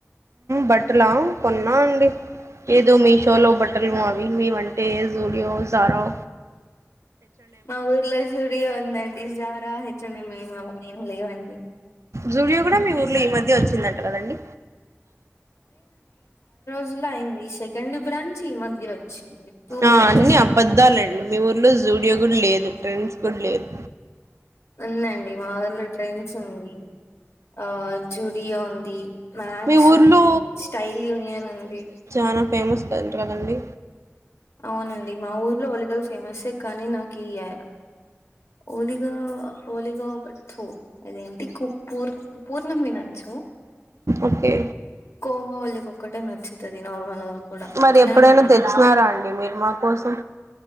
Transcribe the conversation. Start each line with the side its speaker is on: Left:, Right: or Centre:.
Right: బట్టలా కొన్నా అండి. ఏదో మీషోలో బట్టలు ఆవి మీవి అంటే జూడో, జారో.
Left: మా ఊర్లో జూడియో ఉందండి. జారా హెచ్చడంమవన్ని ఏమి లేవండి.
Right: జూడియో కూడా మీ ఊర్లో ఈ మధ్య వచ్చిందంట కదండి.
Left: లా సెకండ్ బ్రాంచ్. ఈ మధ్య వచ్చింది టూ బ్రాంచెస్
Right: ఆ అన్నీ అబద్దాలండి
Left: ఉన్నాయి
Right: మీ ఊరు లో జూడియో గూడ లేదు, ట్రెండ్స్ గూడ లేదు.
Left: ఉందండి మా ఊర్లో ట్రెండ్స్ ఉంది. ఆ జూడియో ఉంది, మాక్స్
Right: మీ ఊర్లో
Left: ఉంది, స్టైల్ యూనియన్ ఉంది.
Right: మన ఫేమస్ కంట కదండి.
Left: అవునండి, మా ఊర్లో ఒలిగలు ఫ్యామస్సే, కానీ నాకు ఈ య ఓలిగా ఓలిగా ఒకట్టు, అదేంటి కుప్పూర్ పూర్ణం తినొచ్చు.
Right: ఓకే
Left: కోవ ఓలిగా ఒక్కటే నచ్చుతాది నార్మల్ గా కూడా
Right: మరి
Left: తినను
Right: ఎప్పుడైనా
Left: నేను ఎక్కువ
Right: తెచ్చినారా అండి మీరు మా కోసం?